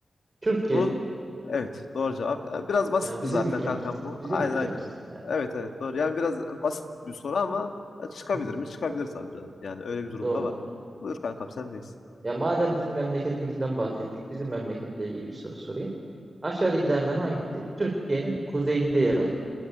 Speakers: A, on the right; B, on the left.
A: Türkiye.
B: Bu evet doğru cevap. Ee, Biraz basitti
A: Yani bizim
B: zaten
A: ülkemiz.
B: kankam bu.
A: Bizim
B: Aynen
A: ülkemiz.
B: aynen.
A: Yani.
B: Evet evet doğru. Yani biraz basit bir soru ama e, çıkabilir
A: Hı hı.
B: mi? Çıkabilir tabii canım. Yani öyle bir durumda
A: Doğru.
B: var. Buyur kankam sendeyiz.
A: Ya madem bizim memleketimizden bahsettik, bizim memleketle ilgili bir soru sorayım. Aşağıdakilerden hangisi Türkiye'nin kuzeyinde yer alır?